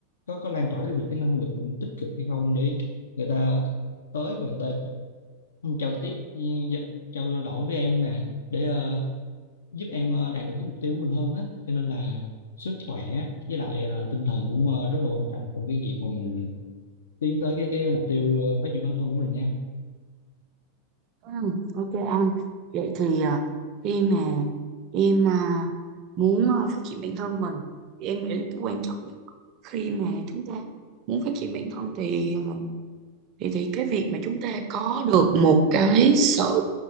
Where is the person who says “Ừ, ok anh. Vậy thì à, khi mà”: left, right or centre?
Right